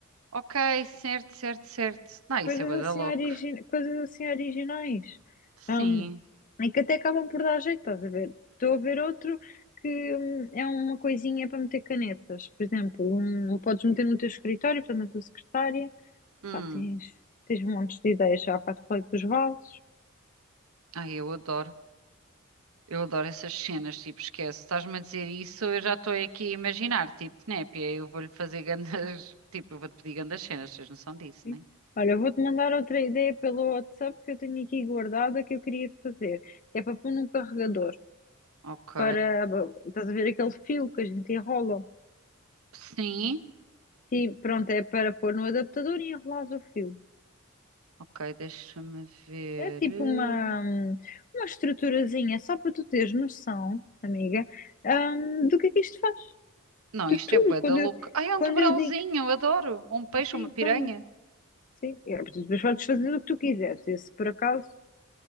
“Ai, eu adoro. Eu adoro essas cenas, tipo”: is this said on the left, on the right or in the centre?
Right